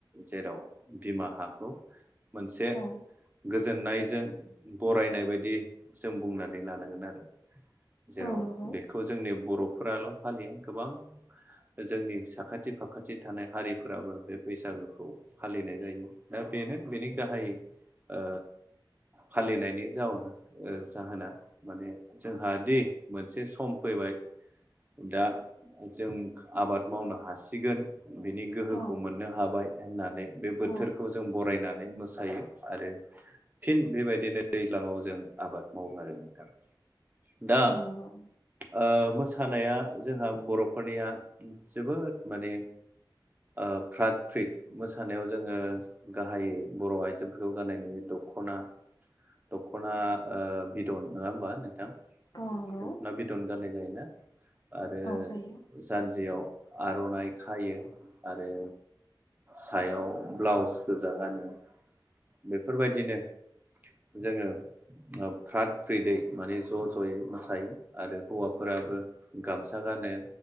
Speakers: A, on the right; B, on the left.
A: जेराव बिमा हाखौ मोनसे
B: औ
A: गोजोननायजों बरायनाय बायदि जों बुंनानै लानांगोन आरो जेराव
B: औ नंगौ
A: बेखौ जोंनि बर'फोराल' फालिया गोबां जोंनि साखाथि फाखाथि थानाय हारिफोराबो बे बैसागोखौ फालिनाय जायो दा बेनो बेनि गाहाय ओ फालिनायनि जाउना ओ जाहोना माने जोंहा दि मोनसे सम फैबाय दा जों आबाद मावनो हासिगोन बिनि गोहोखौ
B: औ
A: मोननो हाबाय होननानै बे बोथोरखौ
B: औ
A: जों बरायनानै मोस सायो आरो फिन बेबायदिनो दैज्लाङाव जों आबाद मावो आरो नोंथां दा
B: औ नंगौ
A: ओ मोसानाया जोंहा बर'फोरनिया जोबोद माने ओ फ्राद फ्रिद मोस सानायाव जोङो गाहायै बर' आइजोफोरखौ गाननाय नुयो दख'ना दख'ना बिदन ओ नङा होमबा नोंथां
B: औ नंगौ
A: दखना बिदन गाननाय जायोना आरो
B: औ जायो
A: जानजियाव आर'नाइ खायो आरो सायाव ब्लाउस गोजा गानो बेफोरबायदिनो जोङो ओ फ्राद फ्रिदै माने ज' ज'यै मोसायो आरो हौवाफोराबो गामसा गानो